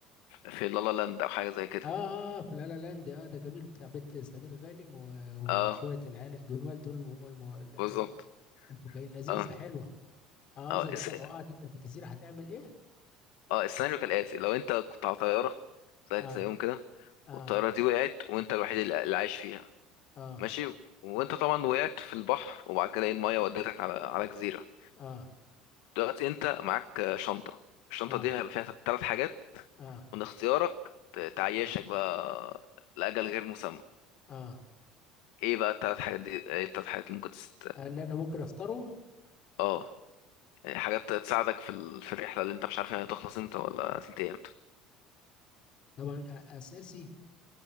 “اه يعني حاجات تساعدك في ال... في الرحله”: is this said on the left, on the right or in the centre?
Left